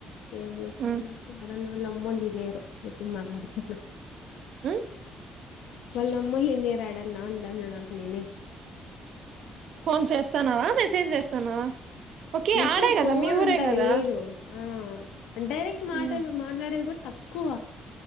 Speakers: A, on the left; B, on the right.
A: ఏం చేస్తామో
B: ఉమ్
A: యాడన్న వాళ్ళమ్మోల్లీదేరు గట్టిగా మాట్లాడోచ్చన్న
B: ఉమ్
A: వాళ్ళమ్మోలిన్నేరాడన్నా అంటాన్న నాక్ నేనే
B: ఫోన్ చేస్తాన్నావా మెసేజ్ చేస్తాన్నావా ఓకే
A: మిసే
B: ఆడే కదా
A: ఫోన్
B: మీ ఊరే
A: అంతా
B: కదా
A: లేదు ఆ అంటే నీక్ మాటల్
B: ఉమ్
A: మాట్లాడేది కూడా తక్కువ,